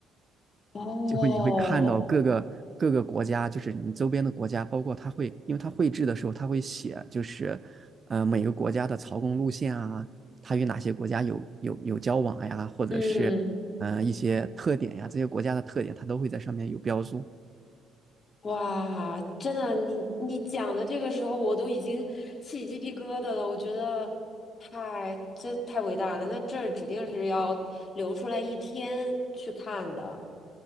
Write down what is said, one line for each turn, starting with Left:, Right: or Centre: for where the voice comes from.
Left: 哦，
Right: 就会你会看到各个各个国家，就是你周边的国家，包括他会，因为他绘制的时候，他会写，就是呃每个国家的朝贡路线啊，他与哪些国家有有有交往呀，或者是呃一些特点呀，
Left: 嗯。
Right: 这些国家的特点，他都会在上面有标注。
Left: 哇，真的，你你讲的这个时候，我都已经起鸡皮疙瘩了。我觉得太，这太伟大了。那这儿指定是要留出来一天去看的。